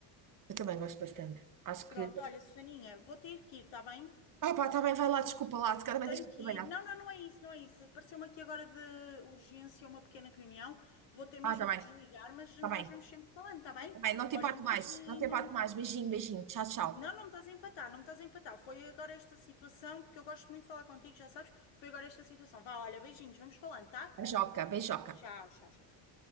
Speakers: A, on the right; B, on the left.
A: Eu também gosto bastante. Acho que.
B: Pronto, olha, Susaninha, vou ter que ir, está bem?
A: Ah, pá, está bem, vai lá, desculpa lá, se calhar também
B: Tenho
A: tens que
B: que
A: trabalhar.
B: ir. Não, não, não é isso, não é isso. Pareceu-me aqui agora de urgência uma pequena reunião. Vou ter mesmo
A: Ah, está bem,
B: que desligar, mas
A: está
B: nós
A: bem,
B: vamos sempre falando, está bem?
A: está bem, não te
B: Olha,
A: empato
B: um beijinho.
A: mais, não te empato mais. Beijinho, beijinho, tchau, tchau.
B: Não, não me estás a empatar, não me estás a empatar. Foi agora esta situação, porque eu gosto muito de falar contigo, já sabes. Foi agora esta situação. Vá, olha, beijinhos, vamos falando, tá?
A: Beijoca, beijoca.
B: Tchau, tchau, tchau.